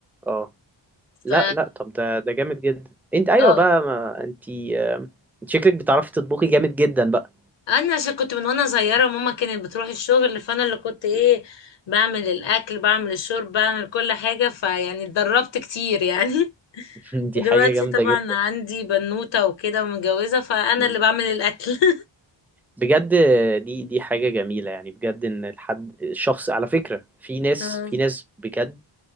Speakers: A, in the centre; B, on the left (about 60°).
A: اه لا
B: ف
A: لا طب ده ده جامد جدا انت ايوه
B: اه
A: بقى ما انت آه، انت شكلك بتعرفي تطبخي جامد جدا بقى
B: انا عشان كنت من وانا صغيره ماما كانت بتروح الشغل فانا اللي كنت ايه
A: مم.
B: بعمل الاكل بعمل الشرب بعمل كل حاجه فيعني اتدربت كتير يعني <laughs>
A: <laughs> دي
B: ودلوقتي
A: حاجة جامدة
B: طبعا
A: جدا
B: عندي بنوته وكده ومتجوزه فانا
A: مم.
B: اللي بعمل الاكل <laughs>
A: بجد آه، دي دي حاجة جميلة يعني بجد ان الحد الشخص على فكرة في ناس
B: آه،
A: في ناس بجد